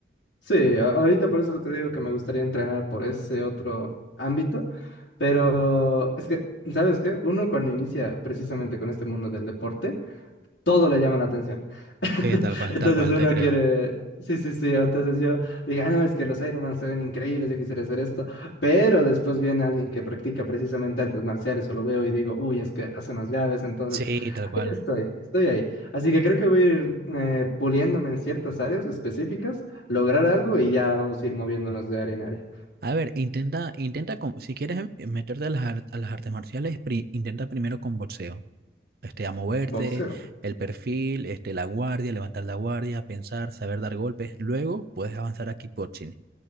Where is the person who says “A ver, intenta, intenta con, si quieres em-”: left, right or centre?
Right